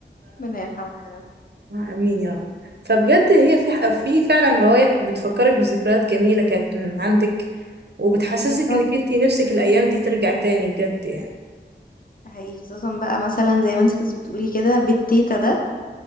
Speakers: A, on the left; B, on the right.
A: ربنا يرحمها
B: امين يا رب فبجد هي في ح- في فعلا روايح بتفكرك بذكريات جميله كانت من عندك وبتحسسك
A: بالظبط
B: انك انتي نفسك الايام دي ترجع تاني بجد يعني
A: حقيقي خصوصا بقى مثلا زي ما انت كنت بتقولي كده بالتيتا ده